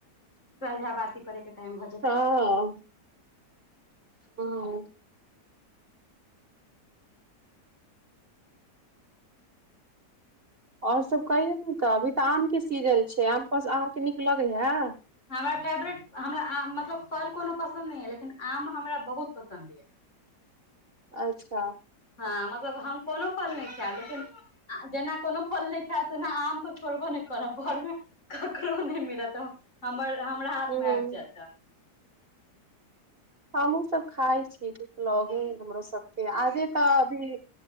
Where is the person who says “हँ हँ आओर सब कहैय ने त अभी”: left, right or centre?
Right